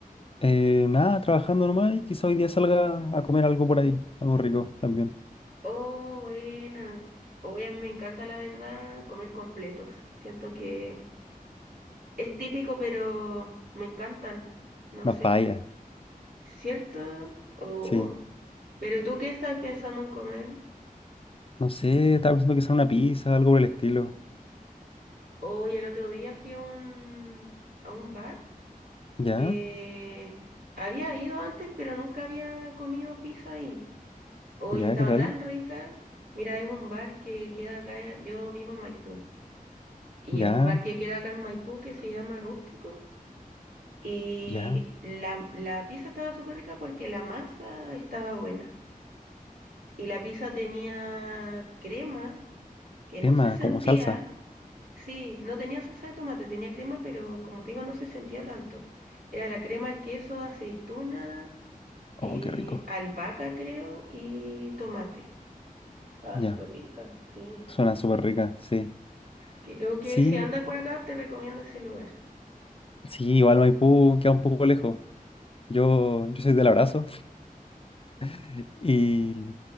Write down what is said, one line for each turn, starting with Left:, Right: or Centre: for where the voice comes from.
Left: Eh, nada, trabajando nomás y quizá hoy día salga a comer algo por ahí, algo rico también.
Right: Oh, buena. Hoy a mí me encanta, la verdad, comer completos. Siento que es típico, pero me encantan. No sé,
Left: No falla,
Right: ¿cierto? O...
Left: sí.
Right: ¿Pero tú qué estás pensando en comer?
Left: No sé, estaba pensando quizá una pizza, algo por el estilo.
Right: Hoy el otro día fui a un, a un bar
Left: ¿Ya?
Right: que había ido antes, pero nunca había comido pizza ahí. Hoy
Left: ¿Ya?
Right: estaba
Left: ¿Qué tal?
Right: tan rica. Mira, es un bar que queda acá, yo vivo en Maipú, y
Left: ¿Ya?
Right: es un bar que queda acá en Maipú que se llama Rústico. Y
Left: ¿Ya?
Right: la, la pizza estaba súper rica porque la masa estaba buena. Y la pizza tenía crema que
Left: Tema,
Right: no se sentía
Left: como salsa.
Right: Sí, no tenía salsa de tomate, tenía crema, pero como te digo, no se sentía tanto. Era la crema, el queso, aceituna,
Left: Oh,
Right: eh,
Left: qué rico.
Right: albahaca, creo, y tomate. Estaba
Left: Ya,
Right: súper rica, sí.
Left: suena súper rica, sí.
Right: Creo que
Left: Sí,
Right: si andas por acá, te recomiendo ese lugar.
Left: sí, igual Maipú queda un poco lejos. Yo, yo soy del abrazo <laughs> y,